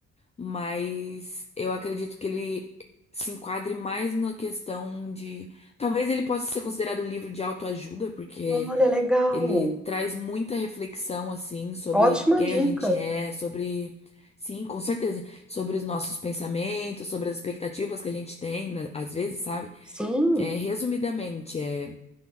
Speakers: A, on the left; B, in the centre.
A: mas eu acredito que ele se enquadre mais na questão de, talvez ele possa ser considerado um livro de autoajuda, porque
B: Olha, legal.
A: Ele traz muita reflexão, assim, sobre
B: Ótima
A: quem
B: dica.
A: a gente é, sobre. Sim, com certeza. Sobre os nossos pensamentos, sobre as expectativas que a gente tem, né, às vezes, sabe?
B: Sim.
A: É, resumidamente, é,